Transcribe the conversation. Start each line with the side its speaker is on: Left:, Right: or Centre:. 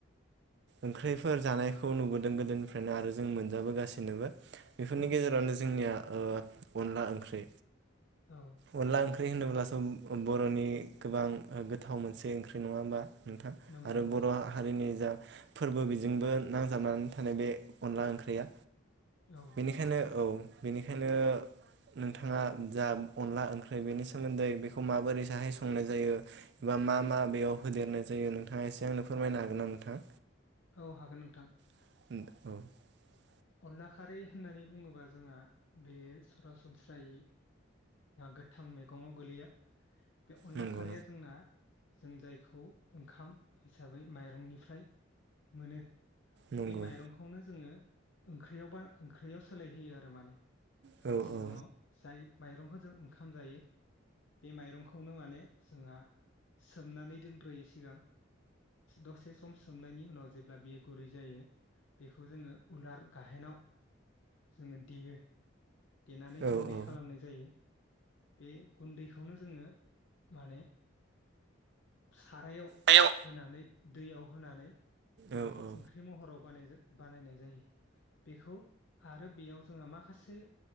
Right: ओंख्रिफोर जानायखौ नुबोदों गोदोनिफ्रायनो आरो जों मोनजा बोगासिनोबो। बेफोरनि
Left: औ
Right: गेजेरावनो
Left: औ
Right: जोंनिया ओ अनला ओंख्रि।
Left: औ
Right: अनला ओं <unintelligible> बर'नि गोबां गोथाव मोनसे ओंख्रि नङा होमबा? नोंथां
Left: नंगौ
Right: आरो
Left: नंगौ
Right: बर'हारिनि जा फोरबो बिजिंजों नांजाबनानै थानाय बे अनला ओंख्रिया।
Left: औ
Right: बेनिखायनो औ बेनिखायनो नोंथाङा जा अनला ओंख्रि बेनि सोमोन्दै बेखौ माबोरै साहाय संनाय जायो बा मा मा बेयाव होदेरनाय जायो नोंथाङा एसे आंनो फोरमायनो हागोन ना नोंथां?
Left: औ हागोन नोंथां।
Right: <unintelligible>
Left: अनला खारै होननानै बुङोबा जोंहा बेयो सरासनस्रायै गोथां मैगङाव गोलैया। बे अनला
Right: नंगौ
Left: खारैया जोंना जों जायखौ ओंखाम हिसाबै माइरंनिफ्राय मोनो।
Right: नंगौ
Left: बे माइरंखौनो जोङो ओंख्रियावबा ओंख्रियाव सोलायहोयो आरो माने।
Right: औ
Left: जों सिगाङाव
Right: औ
Left: जाय माइरंखौ जों ओंखाम जायो बे माइरंखौनो माने जोंहा सोमनानै दोनग्रोयो सिगां दसे सम सोमनायनि उनाव जेब्ला बेयो गुरै जायो बेखौ जोङो उलार गाहेनाव जोङो देयो। देनानै
Right: औ
Left: गुन्दै
Right: औ
Left: खालामनाय जायो। बे गुन्दैखौनो जोङो माने सारायाव
Right: आयौ
Left: होनानै दैयाव होनानै जों
Right: औ
Left: बेखौ
Right: औ
Left: ओंख्रि महराव बानायजा बानायनाय जायो बेखौ आरो बेयाव जोंहा माखासे